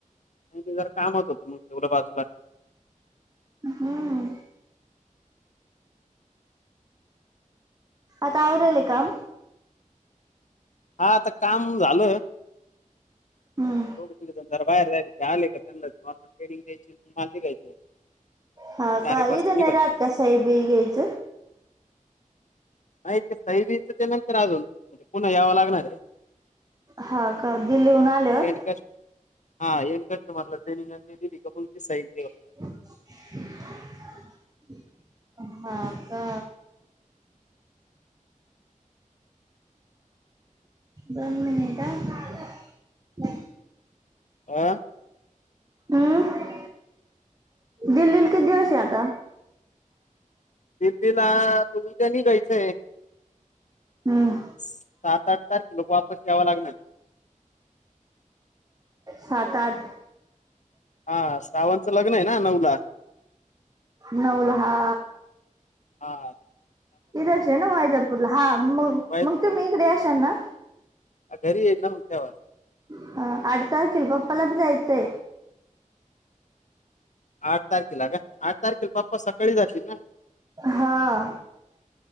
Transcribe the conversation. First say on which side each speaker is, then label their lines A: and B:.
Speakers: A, on the left (about 60°); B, on the right (about 25°).
A: जरा कामत होतो मगं ठेवलो बाजूला
B: हम्म आता आवराले काम
A: हा आता काम झाल
B: हम्म
A: दोघं तीघजण जरा बाहेर जायचे ते आले का त्यांना नॉर्मल ट्रेनिंग <unintelligible>
B: हा
A: चार
B: काही
A: एक वाजता
B: <unintelligible> बाई
A: निघाल
B: घ्यायचं
A: नाही ते सहिबियीच नंतर आजून. म्हणजे पुन्हा यावं लागणार आहे.
B: हा का दिल्लीहून आल्यावर
A: एन्डकस्ट हा. एन्ड् कस्टमर <unintelligible> <unintelligible> ते दिली का भाऊची साईन?
B: <inaudible> हा का? दोन मिनिटं हं
A: आ?
B: हम्म दिल्लीला किती दिवसए आता?
A: दिल्लीला -आता उद्या निघायचं हे.
B: हम्म
A: सात आठ तारखेला वापस यावा लागणार.
B: सात आठ
A: हा. श्रावणचं लग्न आहे ना नऊला.
B: नऊला हा
A: हां
B: इथंच आहे ना वैजापूरला. हा. मग-
A: वय-
B: मग तुम्ही इकडे येशाल ना?
A: घरी येईल ना मग तेव्हा
B: अ. आठ तारखेल पप्पाला जायचंय
A: आठ तारखेला का? आठ तारखेला पप्पा सकाळी जातील ना?
B: हा